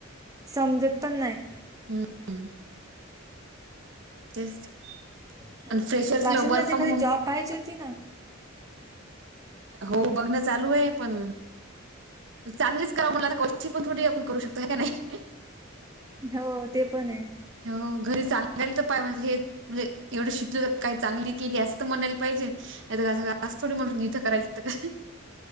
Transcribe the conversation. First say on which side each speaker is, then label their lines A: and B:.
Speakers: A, on the right; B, on the right.
A: समजत पण नाही.
B: हम्म तेच
A: <inaudible>
B: आणि फ्रेशर्सला
A: वाशिमलाच
B: वर्क फ्रॉम
A: एखादी
B: होम
A: जॉब पाहायची होती ना.
B: हो बघणं चालू आहे पण. चांगलीच करा म्हला आता कशी पण थोडी आपण करू शकतो ह का नाही.
A: हो ते पण आहे.
B: हो घरी चांगल तर पाय म्हणजे हे. म्हणजे एवढं शिकल तर काय चांगली केली असं तर म्हणायला पाहिजे नाही असं. जा थोडी म्हण इथं करायचंं का.